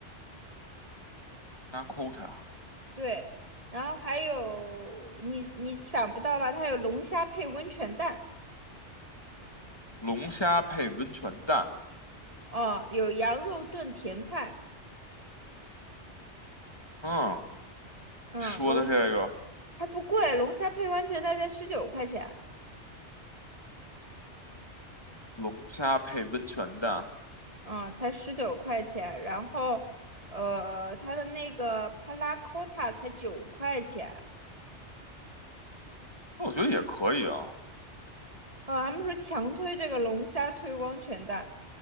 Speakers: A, on the left; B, on the right.
A: ？Nakota
B: 对，然后还有你你想不到吧？它有龙虾配温泉蛋，
A: 龙虾配温泉蛋，
B: 哦，有羊肉炖甜菜，
A: 嗯，
B: 嗯，
A: 说的这个
B: 龙虾还不贵，龙虾配温泉蛋才十九块钱，
A: 龙虾配温泉蛋，
B: 嗯，才十九块钱。然后，呃，它的那个帕拉 c 塔才九块钱，
A: 那我觉得也可以啊，龙
B: 啊，他们说强推这个龙虾推温泉蛋，